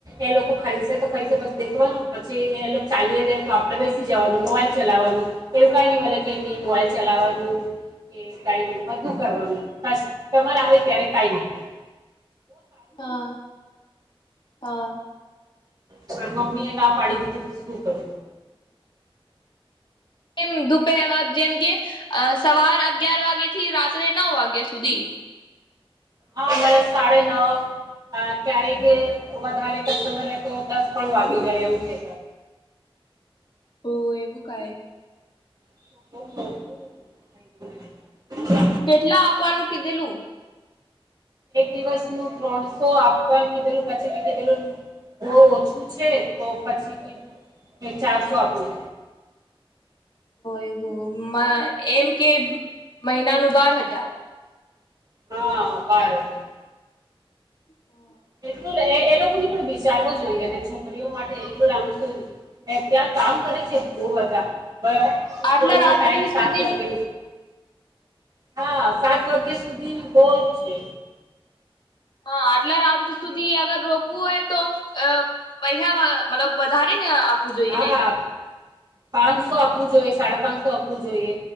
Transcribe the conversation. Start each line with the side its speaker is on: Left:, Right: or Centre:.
Right: એ લોકો ખરીદશે તો ખરીદશે બસ દેખવાનું. પછી એ લોક ચાલ્યા જાય તો આપડે બેસી જવાનું, મોબાઈલ ચલાવવાનું. એવું કાઈ નઈ મલે કે એમની મોબાઈલ ચલાવવાનું કે કાઈ નહી, બધું કરવાનું. ખાસ તમારે આવે ત્યારે કાઈ નહી કરવાનું.
Left: હા હા
Right: પર મમી એ ના પાડી દીતી ત શું કરુ
Left: એમ દુપરમાં જેમ કે અ સવાર અગિયાર વાગે થી રાત્રે નવ વા ગયા સુધી
Right: હા મ સાડે નવ ક્યારેક વધારે કસ્ટમર તો દસ પણ વાગી જાય એવું છે.
Left: ઓ એવું કાય
Right: <inaudible>
Left: કેટલા આપવાનું કીધેલું
Right: એક દિવસનું ત્રણસો આપવાનું કીધેલું પછી મેં કીધેલું બો ઓછું છે તો પછી કીધું મે ચારસો આપું
Left: એવું એમ કે મહિનાનું બાર હજાર
Right: હા બાર હજાર
Left: <inaudible>
Right: એટલું એ લોકોને પણ વિચારવું જોઈએ અને છોકરીઓ માટે એટલું લાબુ શું ત્યાં કામ કરે છે એટલું બધા બ
Left: આટલા
Right: કોઈ નુ
Left: રાત્રે
Right: ટાઈમ સાત
Left: સુધી
Right: વાગે હા સાત વાગ્યા સુધી બો જ છે.
Left: હા આટલા રાત સુધી અગર રોકવું હોય તો અ પૈસા મતલબ વધારે ને જોઈએ
Right: હા
Left: ને
Right: પાંચસો આપવું જોઈ સાડા પાંચસ આપવું જોઈએ